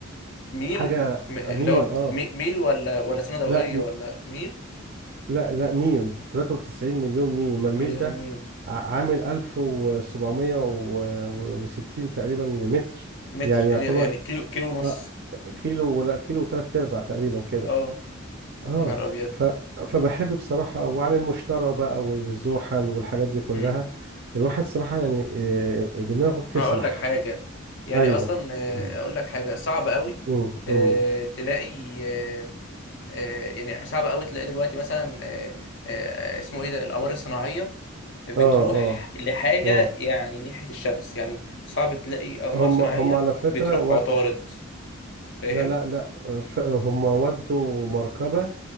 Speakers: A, on the left; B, on the right.
A: ميل
B: حاجة
A: م- اللي
B: آه، ميل
A: هو
B: اه
A: مي- ميل ولا ولا سنة ضوئية
B: لا م-
A: ولا ميل
B: لا لا ميل 93 مليون ميل ما الميل
A: مليون
B: ده
A: ميل
B: ع- عامل 1760 تقريبا متر
A: متر
B: يعني
A: يعني
B: يعتبر
A: يعني كيلو كيلو ونص
B: آه كيلو ولا كيلو وثلاث ارباع تقريبا كده
A: اه
B: اه
A: يا نهار ابيض
B: ف... فبحب بصراحة وعن المشترى بقى والزحل والحاجات دي كلها
A: مم.
B: الواحد صراحة يعني آه، دماغه بتسرح
A: هقول لك حاجة يعني
B: ايوه
A: أصلا آه،
B: <clears throat>
A: أقول لك حاجة صعب قوي
B: امم
A: آه،
B: امم
A: تلاقي آه، آه، يعني صعب قوي تلاقي دلوقتي مثلا آه، آه، آه، اسمه إيه ده الأقمار الصناعية بتروح
B: اه اه
A: لحاجة
B: اه
A: يعني ناحية الشمس يعني صعب تلاقي أقمار
B: هم
A: صناعية
B: هم على فكرة
A: بتروح
B: ود...
A: عطارد فاهم
B: لا لا لا ف... هم ودوا مركبة